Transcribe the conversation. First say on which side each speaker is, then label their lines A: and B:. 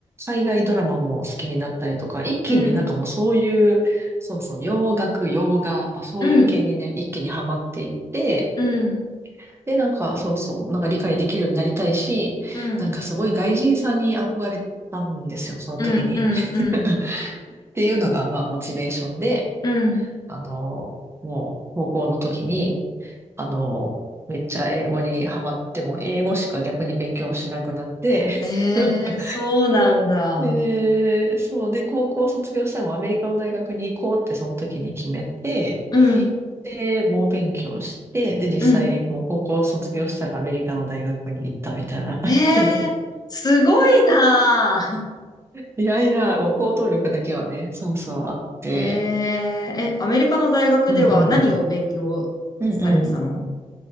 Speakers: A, on the right; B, on the left.
A: 海外ドラマも好きになったりとか、一気になんかもうそういう、
B: うん、
A: そうそう、洋楽、洋画、まあ、そういう系にね、
B: うん、
A: 一気にハマっていって、
B: うん、
A: で、なんかそうそう、なんか理解できるようになりたいし、
B: うん。
A: なんかすごい外人さんに憧れたんですよ、その時に。
B: うんうんうん
A: <laughs> っていうのが、まあ、モチベーションで、
B: うん。
A: あの、もう、高校の時に、あの、めっちゃ英語にハマっても、英語しか逆に勉強しなくなって、
B: ええ、
A: <laughs>
B: そうなんだ。
A: で、そう。で、高校卒業したらもうアメリカの大学に行こうってその時に決めて、
B: うん
A: で、猛勉強して、で、実際、
B: うん
A: もう高校卒業したらアメリカの大学に行ったみたいな。
B: ええ、
A: <laughs>
B: すごいなあ。
A: いやいや、もう行動力だけはね、そうそうあって。
B: <laughs> ええ、え、アメリカの大学では何を勉強されてたの
A: うんうん。うんうん。